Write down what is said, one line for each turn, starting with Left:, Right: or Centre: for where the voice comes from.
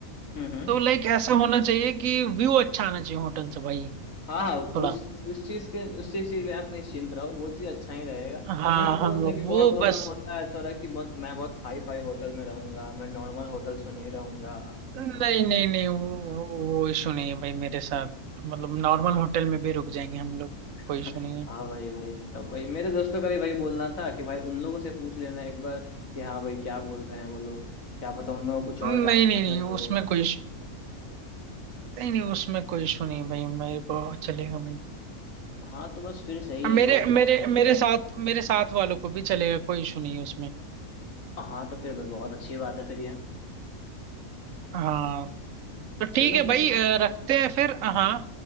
Left: हम्म हम्म
Right: तो लाइक ऐसा होना चाहिए कि व्यू अच्छा आना चाहिए होटल से भाई
Left: हाँ हाँ
Right: थोड़ा
Left: उस उस चीज के उस चीज के लिए आप निश्चिंत रहो वो चीज अच्छा ही रहेगा
Right: हाँ
Left: नहीं मैं बोल
Right: हाँ
Left: रहा
Right: वो
Left: था कि बहुत लोग
Right: बस
Left: का होता है थोड़ा कि बहुत- मैं बहुत हाई फाई होटल में रहूंगा मैं नॉर्मल होटल्स में नहीं रहूंगा
Right: नहीं नहीं नहीं वो वो इशू नहीं है भाई मेरे साथ मतलब नॉर्मल होटल में भी रुक जाएंगे हम लोग
Left: <laughs>
Right: कोई इशू नहीं है
Left: हाँ वही वही तो वही मेरे दोस्तों का भी वही बोलना था कि भाई उन लोगों से पूछ लेना एक बार कि हाँ भाई क्या बोल रहे हैं वो लोग क्या पता उन लोगों को कुछ और
Right: नहीं
Left: ज्यादा
Right: नहीं
Left: बजट
Right: नहीं
Left: हो
Right: उसमें कोई इशू नहीं नहीं उसमें कोई इशू नहीं है भाई मेरे को चलेगा भाई
Left: हाँ तो बस फिर सही
Right: अब
Left: है
Right: मेरे
Left: ये करते
Right: मेरे
Left: हैं
Right: मेरे साथ मेरे साथ वालों को भी चलेगा कोई इशू नहीं है उसमें
Left: हाँ तो फिर भाई बहुत अच्छी बात है फिर ये
Right: हाँ तो
Left: चलो
Right: ठीक है
Left: फिर
Right: भाई अ, रखते हैं फिर अ, हाँ